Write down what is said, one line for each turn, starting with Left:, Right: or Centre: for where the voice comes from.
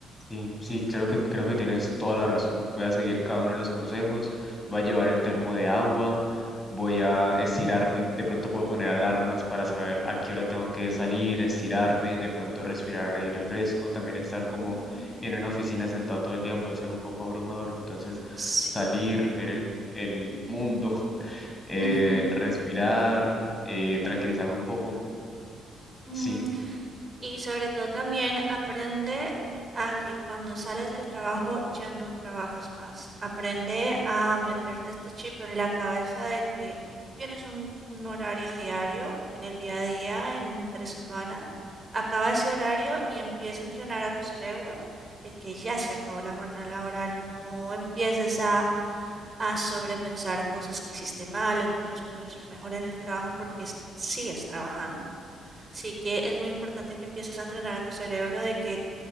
Left: Sí, sí, creo que, creo que tienes toda la razón. Voy a seguir cada uno de los consejos, voy a llevar el termo de agua, voy a estirarme, de pronto puedo poner alarmas para saber a qué hora tengo que salir, estirarme, de pronto respirar aire fresco, también estar como
Right: Ujú.
Left: en una oficina sentado todo el día puede ser un poco abrumador, entonces
Right: Sí.
Left: salir, ver el, el mundo, <laughs> eh,
Right: Ujú.
Left: respirar, eh, tranquilizarme un poco.
Right: Ujú.
Left: Sí,
Right: Y sobre todo también aprende a que cuando sales del trabajo ya no trabajas más. Aprende a meterte este chip en la cabeza de que tú tienes un, un horario diario en el día a día, entre semana. Acaba ese horario y empieza a entrenar a tu cerebro de que ya se acabó la jornada laboral. No empieces a, a sobrepensar cosas que hiciste mal o que hubieras podido hacer mejor en el trabajo porque es- sigues trabajando. Sí que es muy importante que empieces a entrenar a tu cerebro de que